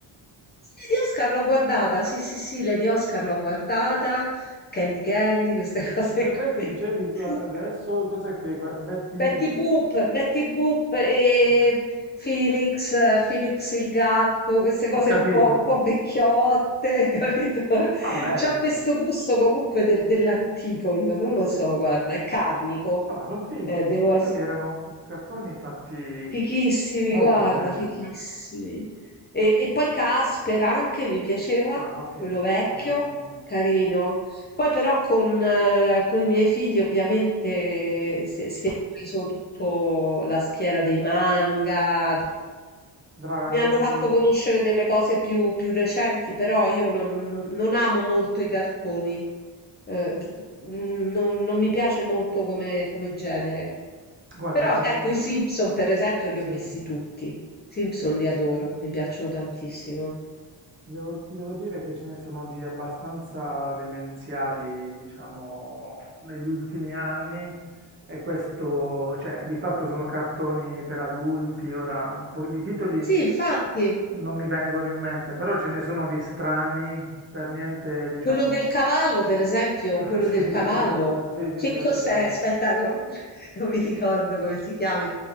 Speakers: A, on the left; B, on the right.
A: Sì, Lady Oscar l'ho guardata, sì, sì, sì, Lady Oscar l'ho guardata, Candy Candy, queste cose
B: Cos'è che
A: qui.
B: dicevi
A: <laughs>
B: tu a- adesso? Cos'è che gua- Betty...
A: Betty Boop, Betty Boop e
B: ok,
A: Felix, eh, Felix il gatto, queste cose
B: Ho capito.
A: un po', un po' vecchiotte, <laughs> capito?
B: Ma belli.
A: C'ho questo gusto comunque del- dell'antico, io non lo so, guarda, è karmico,
B: No, ma sono fighi.
A: eh, devo
B: Quelli erano cartoni fatti
A: Fighissimi,
B: molto
A: guarda,
B: bene.
A: fighissimi. E, e poi Caspera anche mi piaceva,
B: Ah, ok.
A: quello vecchio,
B: Fantasmino.
A: carino. Poi però con, eh, con i miei figli ovviamente si, è si è ripreso tutto la schiera dei manga,
B: Dragon
A: mi hanno fatto
B: Ball.
A: conoscere delle cose più, più recenti, però io non, non- non amo molto i cartoni, eh, d- mm, non, non mi piace molto come, come genere.
B: Guarda,
A: Però
B: ce
A: ecco,
B: ne sono...
A: i Simpson per esempio li
B: Sì.
A: ho visti tutti. I Simpson li adoro, mi piacciono tantissimo.
B: Ti devo, ti devo dire che ce ne sono di abbastanza demenziali, diciamo, negli ultimi anni. E questo, cioè, di fatto sono cartoni per adulti, ora un po' di titoli
A: Sì, infatti.
B: Non mi vengono in mente, però ce ne sono di strani, per niente, diciamo.
A: Quello del cavallo, per esempio,
B: <laughs>
A: quello
B: Sì,
A: del
B: esatto,
A: cavallo,
B: sì, sì,
A: che
B: sì, ho
A: cos'è?
B: presente.
A: Aspetta, non, <laughs> non mi ricordo come si chiami,